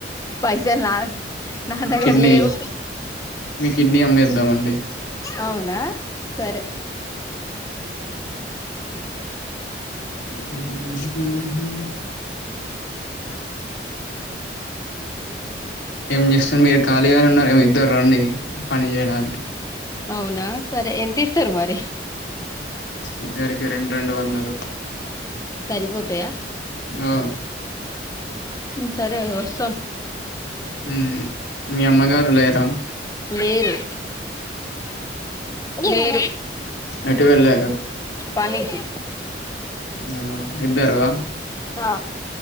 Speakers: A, on the left; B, on the left.
A: పైసలు నా నా దగ్గర
B: కిడ్నీ
A: లేవు
B: మీ కిడ్నీ అమ్మేద్దామండి
A: అవునా సరే
B: ఉమ్ ఏం చేస్తాను మీరు ఖాళీగానే ఉన్నారు మి ఇద్దరు రండి పని చేయడానికి
A: అవునా సరే ఎంత ఇస్తారు మరి
B: ఇద్దరికి రెండు రెండు వందలు
A: సరిపోతాయా
B: ఆ
A: సరే వస్తాం
B: ఊ మీ అమ్మగారు లేర
A: లేేరు లేరు
B: ఎటు వెళ్ళారు
A: పనికి
B: ఆ ఇద్దరు ఆ
A: ఆ